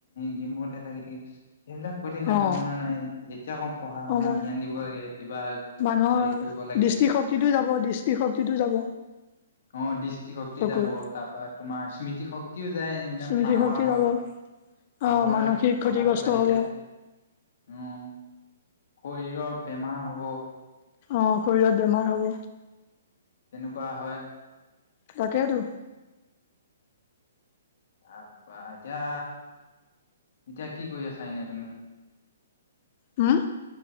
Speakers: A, on the left; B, on the left.
A: গেম- ম লাগি থাকে। সেইবিলাক কৈ থাকিলে
B: অঁ
A: সময় নহয় এতিয়া কম পঢ়া
B: সময়
A: শুনা ধ্যান দিব লাগে। কিবা
B: মানুহৰ
A: হেৰি কৰিব লাগে
B: দৃষ্টিশক্তিটো যাব দৃষ্টিশক্তিটো যাব।
A: অ' দৃষ্টিশক্তি
B: চকুৰ
A: যাব তাৰ পৰা তোমাৰ স্মৃতি শক্তিও যায়। এইবিলাক
B: স্মৃতি
A: পাহৰা
B: শক্তি
A: হয়।
B: যাব
A: পাহৰাৰ
B: আহ মানসিক ক্ষতিগ্ৰস্ত
A: কথাতটো বাঢ়ি
B: হব
A: যায়, উম। শৰীৰৰ বেমাৰ হ'ব।
B: অ' শৰীৰত বেমাৰ হ'ব।
A: তেনেকুৱা হয়।
B: তাকেটো।
A: তাৰপা এতিয়া, এতিয়া কি কৰি আছা এনে তুমি?
B: হুম?